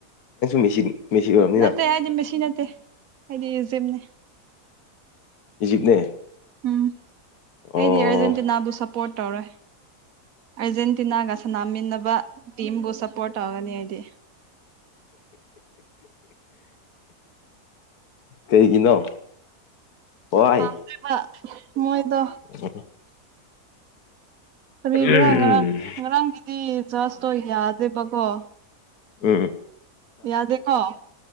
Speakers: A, on the left; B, on the right.
A: ꯃꯦꯁꯤ ꯃꯦꯁꯤ ꯑꯣꯏꯔꯕꯅꯤꯅ
B: ꯅꯠꯇꯦ ꯑꯩꯗꯤ ꯃꯦꯁꯤ ꯅꯠꯇꯦ ꯑꯩꯗꯤ ꯏꯖꯤꯞꯅꯦ
A: ꯏꯖꯤꯞꯅꯦ
B: ꯎꯝ ꯑꯩꯗꯤ
A: ꯑꯣ
B: ꯑꯔꯖꯦꯟꯇꯤꯅꯥꯕꯨ ꯁꯞꯄꯣꯔꯠ ꯇꯧꯔꯣꯏ ꯑꯥꯔꯖꯦꯟꯇꯤꯅꯥꯒ ꯁꯥꯟꯅꯃꯤꯟꯅꯕ ꯇꯤꯝꯕꯨ ꯁꯞꯄꯣꯔꯠ ꯇꯧꯒꯅꯤ ꯑꯩꯗꯤ
A: ꯀꯩꯒꯤꯅꯣ ꯋꯥꯏ
B: ꯄꯝꯗꯦꯕ ꯃꯣꯏꯗꯣ
A: <unintelligible>
B: ꯀꯔꯤꯒꯤꯔꯥ
A: ꯎꯝ
B: ꯉꯔꯥꯡ-ꯉꯔꯥꯡꯒꯤꯗꯤ ꯖꯁꯇꯣ ꯌꯥꯗꯦꯕꯀꯣ
A: ꯎꯝ ꯎꯝ
B: ꯌꯥꯗꯦꯀꯣ